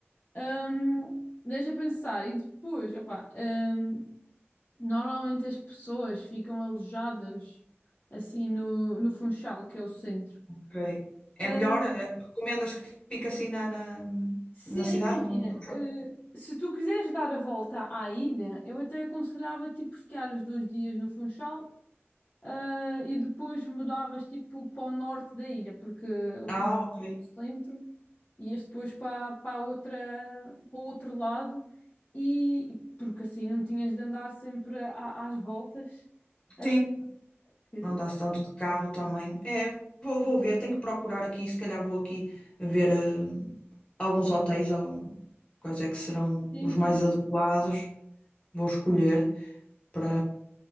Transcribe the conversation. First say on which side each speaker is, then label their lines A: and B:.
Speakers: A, on the left; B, on the left.
A: Hum, deixa pensar. E depois, opá, hum, normalmente as pessoas ficam alojadas assim no, no Funchal, que é o centro.
B: Ok.
A: Ah,
B: É melhor? eh, Recomendas que fique assim na, na,
A: sim,
B: na cidade,
A: imagina.
B: no, no
A: ah,
B: Funchal?
A: se tu quiseres dar a volta à ilha, eu até aconselhava tipo ficar os dois dias no Funchal Ah, e depois mudavas tipo para o norte da ilha, porque o
B: Ah,
A: Funchal
B: ok.
A: é no centro, ias depois para, para a outra, para o outro lado, e porque assim não tinhas de andar sempre a- às voltas. Ah,
B: Sim.
A: que-
B: Não dá-se tanto de carro também. É, vou, vou ver, tenho que procurar aqui, se calhar vou aqui ver eh, alguns hotéis, algum, quais é que serão
A: sim,
B: os
A: sim.
B: mais adequados, vou escolher para,